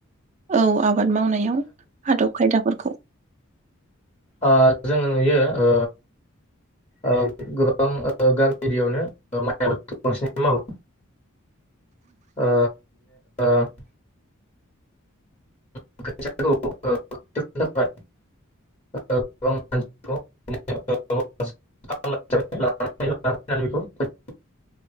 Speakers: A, on the right (about 35°); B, on the left (about 30°).
A: औ आब आबाद मावनायाव आदब खायदा फोरखौ
B: ओ जोङो नुयो ओ ओ गोबां गामि एरियावनो माइ आबाद बांसिन मावो ओ <unintelligible> <unintelligible>